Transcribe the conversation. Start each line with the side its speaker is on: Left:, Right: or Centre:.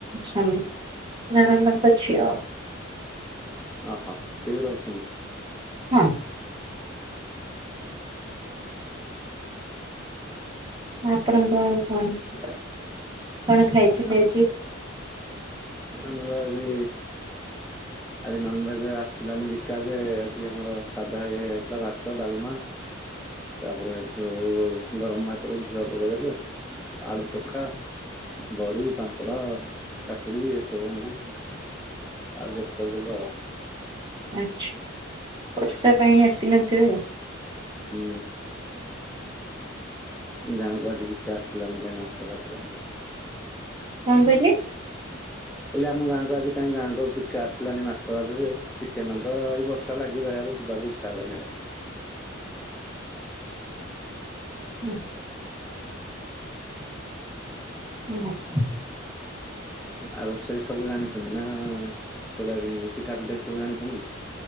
Right: ସ୍ୱାମୀ ନଣନ୍ଦ ଙ୍କ ଝିଅ।
Centre: ଅହଃ ସିଏ ବି ରହୁଛନ୍ତି?
Right: ହଁ। ଆପଣଙ୍କ କଣ କଣ ଖାଇଛନ୍ତି
Centre: ଆମ
Right: ଆଜି?
Centre: ଆମର ଆଜି ଆଜି ନନଭେଜେ ଆସିଲାନି ବିକା ଯେ ଆଜି ଆମର ସାଧା ଇଏ ହେଇଥିଲା ଭାତ, ଡାଲମା ତାପରେ ହେଠୁ ଗରମ ଭାତରେ ଘିଅ ପକେଇଦେଲେ ଆଳୁ ଚୋଖା ବଡି, ପାମ୍ପଡ, କାକୁଡି ଏସବୁ ଏମିତି ଆରଜଷ୍ଟ କରିଦେଲୁ ଆଉ।
Right: ଆଚ୍ଛା ବର୍ଷା ପାଇଁ ଆସିନଥିବେ ଆଉ।
Centre: ହୁଁ। ଗାଁକୁ ଆଜି ବିକା ଆସିଲାନି କାଇଁ ମାଛ ଫାଛ କାଇଁ କିଛି।
Right: କଣ କହିଲେ?
Centre: ମୁଁ କହିଲି ଆମ ଗାଁକୁ ଆଜି କାଇଁ ଗାଁକୁ ବିକା ଆସିଲାନି ମାଛ ଫାଛ ଯେ ଚିକେନ ତ ଏଇ ବର୍ଷା ଲାଗି ରହିବାକୁ ଯିବାକୁ ଇଛା ହେଲାନି ଆଉ।
Right: <inaudible>
Centre: <unintelligible>
Right: <unintelligible>
Centre: ଆ ରୋଷେଇ ସବୁ <unintelligible> ପିଠା ପିଠା ସବୁ ଜାଣିଚନ୍ତି?